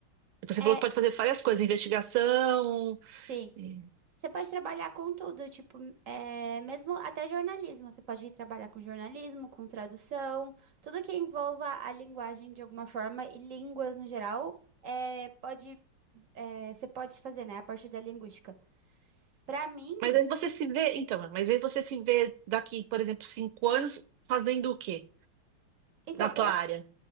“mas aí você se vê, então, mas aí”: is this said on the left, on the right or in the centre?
Right